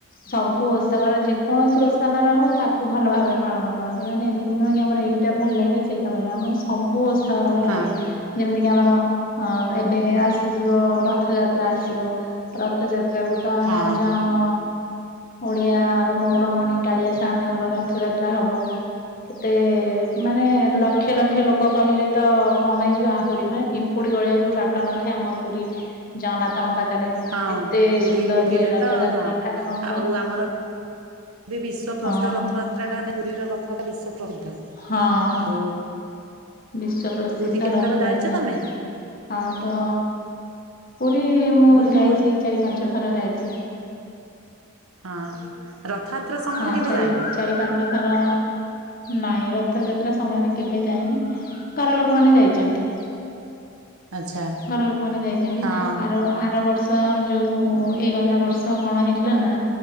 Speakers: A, on the left; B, on the right.
A: ସବୁ ଓସାବାର ଯେକୌଣସି ଓସା ସବାର ହେଉ ତାକୁ ଭଲ ଭାବରେ ପାଳନ କରନ୍ତି ମାନେ ଏମିତି ନୁହେଁ କି ଆମର ଏଇଟା ଭଲ ଲାଗିବ ସେଇଟା ଭଲ ଲାଗେ ମୁଁ ସବୁ ଓସାଗର ଭଲ
B: ହଁ
A: ଲାଗେ ଯେମିତି କିି ଆମର ଅ ଏବେ ଆସିଯିବ ରଥଯା ତ୍ରା ଆସିବ ରଥଯାତ୍ରା କ ତ
B: ହଁ
A: ଜାଣିଛ ଆମ? ଓଡିଆ ର ମଉଡମଣି କାଳିଆ ସାନ୍ତେଙ୍କର ରଥଯାତ୍ରା ହବ। କେତେ ମାନେ ଲକ୍ଷ ଲକ୍ଷ ଲୋକ କହିଲେ ତ କମ ହେଇଯିବ ଆହୁରି ମାନେ ପିମ୍ପୁଡି ଗଳେଇଆକୁ ବି ବାଟ ନଥାଏ ଆମ ପୁରୀ ଜଗନାଥଙ୍କ ପାଖରେ
B: ହଁ
A: ଏତେ
B: ପୁରୀରେ
A: ସୁନ୍ଦର
B: ଯିବେ
A: ହୁଏ ରଥଯାତ୍ରା
B: ତ ହଁ
A: ଠାକୁରଙ୍କର
B: ଆଉ ଆମର ଏବେ ବିଶ୍ୱ
A: ହଁ
B: ପ୍ରସିଦ୍ଧ ରଥଯାତ୍ରାଟା ମାନେ ପୁରୀର ରଥଯାତ୍ରା ବିଶ୍ୱ ପ୍ରସିଦ୍ଧ।
A: ହଁ।
B: ଆଉ
A: ବିଶ୍ୱପ୍ରସିଦ୍ଧ
B: ପୁରୀ କେତେଥର
A: ରଥଯାତ୍ରା।
B: ଯାଇଛ ତମେ?
A: ଆଉ ତ ପୁରୀ ମୁଁ
B: କହିଲି
A: ଯାଇଛି।
B: ପୁରୀ
A: ଚାରି ପାଞ୍ଚ ଥର ଯାଇଚି।
B: ହଁ ରଥଯାତ୍ରା ସମୟରେ
A: ହଁ
B: କେବେ
A: ଚାରି
B: ଯାଇନ?
A: ଚାରି ପାଞ୍ଚ ଥର ନାଇଁ ରଥଯାତ୍ରା ସମୟରେ କେବେ ଯାଇନି ଘର ଲୋକମାନେ ଯାଇଛନ୍ତି।
B: ଆଚ୍ଛା
A: ଘରଲୋକମାନେ ଯାଇଛନ୍ତି
B: ହଁ
A: ଆର- ଆର ବର୍ଷ ଯୋଉ ଏଇ ଗଲା ବର୍ଷ କଣ ହେଇଥିଲା ନା।